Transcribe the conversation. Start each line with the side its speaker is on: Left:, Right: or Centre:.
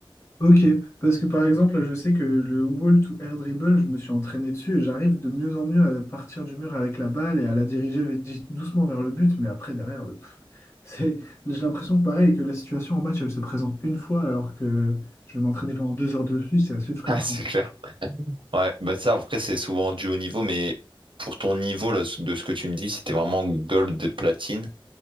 Left: Ok, parce que par exemple, je sais que le wall to air dribble, je me suis entraîné dessus et j'arrive de mieux en mieux à partir du mur avec la balle et à la diriger ve- di- doucement vers le but, mais après, derrière, euh, pff, c'est, j'ai l'impression que pareil, que la situation en match, elle se présente une fois alors que je vais m'entraîner pendant deux heures dessus, c'est assez frustrant.
Right: Ah, <laughs> c'est clair. Ouais, bah ça après c'est souvent du haut niveau, mais pour ton niveau là, de ce que tu me dis, si t'es vraiment gold et platine,